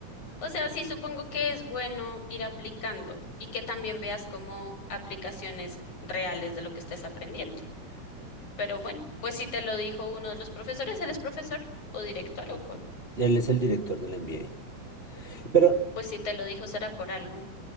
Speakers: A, on the left; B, on the right.
A: O sea, sí supongo que es bueno ir aplicando y que también veas como aplicaciones reales de lo que estés aprendiendo. Pero bueno, pues si te lo dijo uno de los profesores, él es profesor o director o con.
B: Él es el director del MBA. Pero,
A: Pues si te lo dijo será por algo.